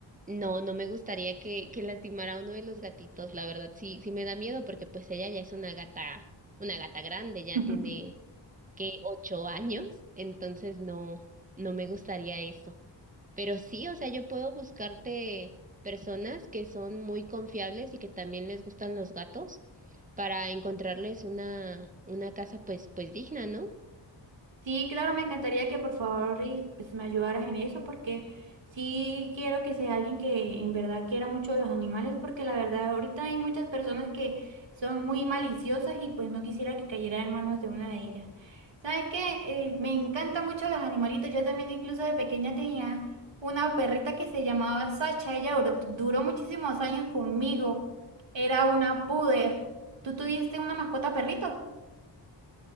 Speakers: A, on the right; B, on the right.
A: no, no me gustaría que, que lastimara a uno de los gatitos. La verdad, sí, sí me da miedo porque pues ella ya es una gata, una gata grande, ya
B: <laughs>
A: tiene que ocho años. Entonces, no, no me gustaría eso. Pero sí, o sea, yo puedo buscarte personas que son muy confiables y que también les gustan los gatos para encontrarles una, una casa pues, pues digna, ¿no?
B: Sí, claro, me encantaría que por favor y, pues, me ayudaras en eso porque sí quiero que sea alguien que en verdad quiera mucho los animales porque la verdad ahorita hay muchas personas que son muy maliciosas y pues no quisiera que cayera en manos de una de ellas. ¿Sabes qué? Eh, me encantan mucho los animalitos. Yo también incluso de pequeña tenía una perrita que se llamaba Sacha. Ella duró, duró muchísimos años conmigo. Era una puder. ¿Tú tuviste una mascota perrito?